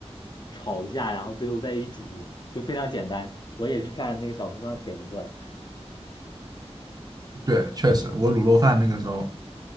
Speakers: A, on the left; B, on the right.
A: 炒一下，然后最后再一煮，就非常简单。我也是看那个小红书上帖子做的。
B: 对，确实，我卤肉饭那个时候